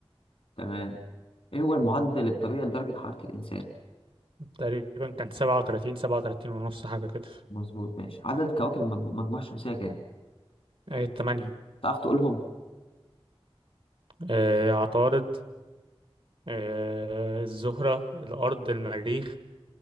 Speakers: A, on the left (about 75°); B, on the right (about 65°).
A: تمام ايه هو المعدل الطبيعي لدرجة حرارة الإنسان؟
B: تقريبا كان 37 37 ونص حاجة كده
A: مظبوط ماشي عدد كواكب المج- المجموعة الشمسية كام؟
B: آه، تمانية
A: تعرف تقولهم؟
B: آه، عطارد آه، الزهرة الأرض المريخ